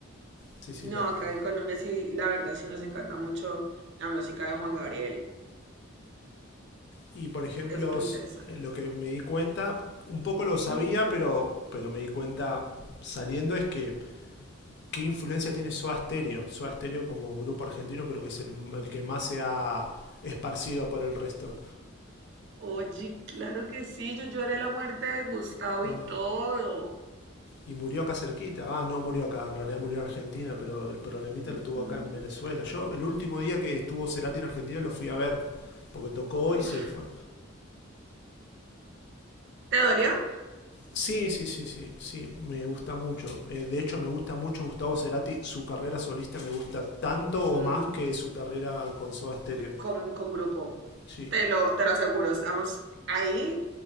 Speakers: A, on the left (about 55°); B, on the right (about 60°).
A: sí. sí, la...
B: No, acá en Colombia sí, la verdad sí nos encanta mucho la música de Juan Gabriel.
A: Y, por ejemplo,
B: Es muy interesante.
A: lo que me di cuenta, un poco lo sabía,
B: Mm.
A: pero, pero me di cuenta saliendo, es que qué influencia tiene Soda Stereo. Soda Stereo como grupo argentino creo que es el, el que más se ha esparcido por el resto.
B: Oye, claro que sí, yo lloré la muerte de Gustavo
A: Ah,
B: y todo.
A: Y murió acá cerquita. Ah, no murió acá, en realidad murió en Argentina, pero el problemita
B: Ujú.
A: lo tuvo acá en Venezuela. Yo el último día que estuvo Cerati en Argentina lo fui a ver, porque tocó hoy
B: Uf,
A: y se fue.
B: ¿te dolió?
A: Sí, sí, sí, sí, sí, me gusta mucho. Eh, de hecho, me gusta mucho Gustavo Cerati. Su carrera solista me gusta tanto o
B: Mm,
A: más que su carrera con Soda Stereo.
B: con, con grupo.
A: Sí,
B: Te lo, te lo aseguro, estamos ahí,